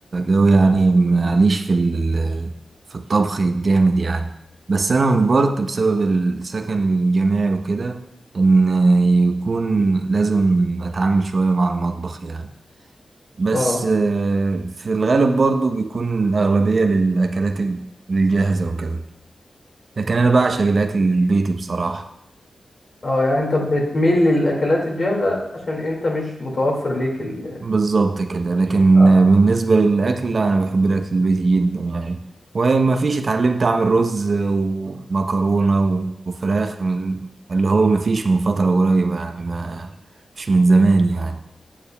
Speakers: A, on the right; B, on the left.
A: قوي يعني معليش في ال- في الطبخ الجامد يعني بس انا مجبرت بسبب السكن الجامعي وكده ان يكون لازم اتعامل شوية مع المطبخ يعني بس
B: اه
A: آه، في الغالب برضو بيكون الاغلبية للاكلات الجاهزة وكده لكن انا بعشق الاكل البيتي بصراحة
B: اه يعني انت بتميل للاكلات الجاهزه عشان انت مش متوفر ليك ال...
A: بالظبط كده لكن
B: اه
A: بالنسبة للأكل لا أنا بحب الأكل البيتي جدا يعني وما فيش اتعلمت أعمل رز ومكرونة و- وفراخ من اللي هو ما فيش من فترة قريبة يعني ما مش من زمان يعني